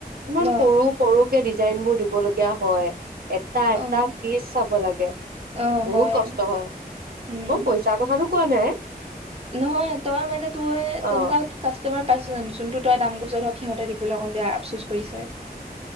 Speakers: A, on the right; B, on the right.
A: ইমান
B: অ'
A: সৰু সৰুকে ডিজাইনবোৰ দিবলগীয়া হয়। এ- এটা এটা
B: অ'
A: পীচ চাব লাগে।
B: অ'
A: বহুত
B: হয়,
A: কষ্ট হয়।
B: উম।
A: মই পৈচ চাৰ কথাটো কোৱা নাই।
B: নহয় তই মানে তোৰে,
A: অ
B: তেনেকাত কাষ্টমাৰ পাইছো জান, যোনটোত তই দাম কৈছোঁ, ধৰক সিহঁমতে দিবলৈ অকণ বেয়া আফচোচ কৰিছে?